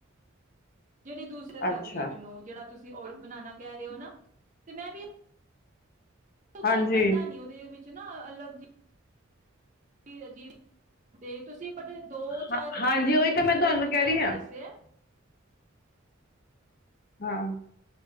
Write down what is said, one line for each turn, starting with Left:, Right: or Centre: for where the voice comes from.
Right: ਜਿਹੜੀ ਦੁਸਰੀ ਲਗ
Left: ਅੱਛਾ
Right: ਰਹੀ ਹੈ, ਮੈਨੂੰ ਜਿਹੜਾ ਤੁਸੀ ਜੇ ਔਰਤ ਬਣਾਉਣਾ ਕਹਿ ਰਹੇ ਹੋ ਨਾ, ਤੇ ਮੈਂ ਵੀ ਉਦਾ
Left: ਹਾਂਜੀ
Right: ਇੱਕ ਫੁਲਦਾ ਨੀ, ਉਹਦੇ ਵਿੱਚ ਇਕ ਨਾ ਅਲੱਗ ਜੀ, ਅਜੀਬ, ਤੇ ਤੁਸੀਂ ਬਟ ਦੋ,
Left: ਹਾਂ-
Right: ਚਾਰ ਇੰਗ੍ਰਰੀਡੀਅਂਟਸ
Left: ਹਾਂਜੀ ਉਹੀ ਤਾਂ ਮੈਂ ਤੁਹਾਨੂੰ
Right: ਥੋੜੇ ਡਿਫਰੈਂਟ
Left: ਕਹਿ ਰਹੀ ਹਾਂ
Right: ਦੱਸੇ ਹੈ।
Left: ਹਾਂ।